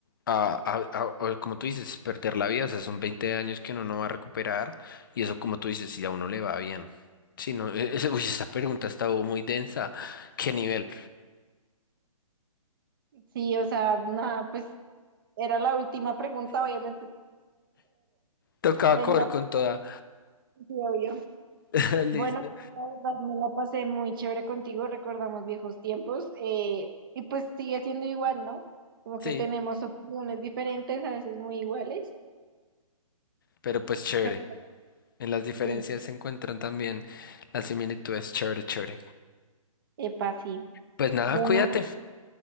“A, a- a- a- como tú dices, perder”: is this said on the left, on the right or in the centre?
Left